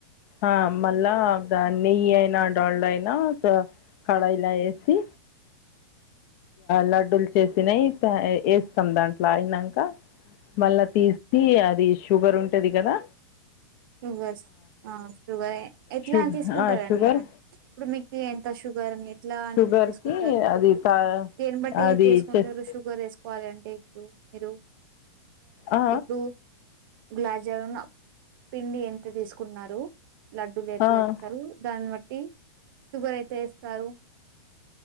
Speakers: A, on the left; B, on the right.
A: ఆ మళ్ళా దాని నెయ్యి అయినా డాల్డా అయినా కడాయిలా వేసి లడ్డూలు చేసినయి వేస్తాం దాంట్లో అయినాంక మళ్ళా తీసి అది షుగర్ ఉంటది కదా
B: షుగర్ ఆ షుగర్ ఎట్లా
A: షు
B: తీసుకుంటారండి
A: ఆ! షుగర్
B: అని ఇప్పుడు మీకు ఎంత షుగర్ మీ ఎట్లా అని
A: షుగర్‌కి
B: చేసుకుంటార
A: అది తా
B: దేన్నీ బట్టి
A: అది
B: తీసుకుంటారు
A: చెస్
B: షుగర్ వేసుకు కోవాలంటే ఇప్పుడు మీరు
A: ఆ!
B: ఇప్పుడు గులాబ్ జామున్ పిండి ఎంత తీసుకున్నారు లడ్డులు ఎట్లా
A: ఆ! ఆ!
B: చేస్తారు దాన్ని బ ట్టి షుగర్ అయితే వేస్తారు